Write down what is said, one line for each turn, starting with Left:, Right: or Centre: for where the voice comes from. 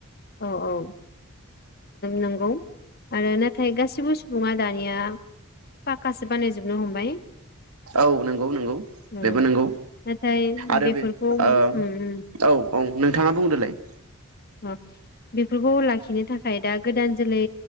Left: औ औ नंगौ आरो नाथाय गासिबो सुबुङा दानिया पक्कासो बानायजोबनो हमबाय।
Right: औ नंगौ नंगौ
Left: उम
Right: बेबो नंगौ
Left: नाथाय
Right: आरो
Left: बेफोरखौ
Right: बे
Left: उम
Right: औ
Left: उम
Right: औ नोंथाङा बुंदोलाय
Left: <unintelligible> बेफोरखौ लाखिनो थाखाय दा गोदान जोलै